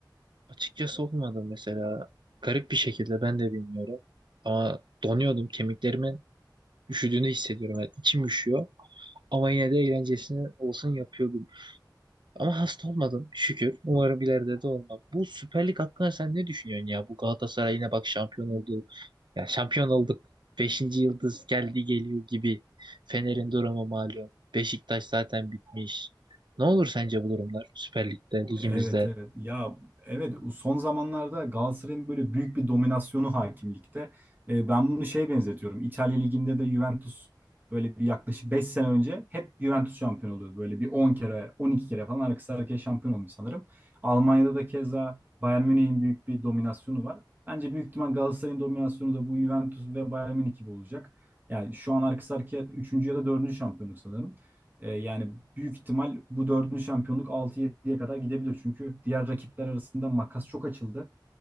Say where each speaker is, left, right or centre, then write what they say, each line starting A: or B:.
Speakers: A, on the right; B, on the right.
A: Açıkçası olmadı mesela. Garip bir şekilde ben de bilmiyorum. Ama donuyordum. Kemiklerimin üşüdüğünü hissediyorum. Yani içim üşüyor. Ama yine de eğlencesini olsun yapıyordum. Ama hasta olmadım şükür. Umarım ileride de olmam. Bu Süper Lig hakkında sen ne düşünüyorsun ya? Bu Galatasaray yine bak şampiyon oldu. Ya şampiyon olduk. Beşinci yıldız geldi geliyor gibi. Fener'in durumu malum. Beşiktaş zaten bitmiş. Ne olur sence bu durumlar Süper Lig'de, ligimizde?
B: Evet evet ya evet son zamanlarda Galatasaray'ın böyle büyük bir dominasyonu hakimlikte. E, ben bunu şeye benzetiyorum. İtalya Ligi'nde de Juventus böyle bir yaklaşık 5 sene önce hep Juventus şampiyon oluyordu. Böyle bir 10 kere 12 kere falan arkası arkaya şampiyon olmuş sanırım. Almanya'da da keza Bayern Münih'in büyük bir dominasyonu var. Bence büyük ihtimal Galatasaray'ın dominasyonu da bu Juventus ve Bayern Münih gibi olacak. Yani şu an arkası arkaya 3. ya da dördüncü şampiyonluk sanırım. E, yani büyük ihtimal bu dördüncü şampiyonluk altı yediye kadar gidebilir. Çünkü diğer rakipler arasında makas çok açıldı.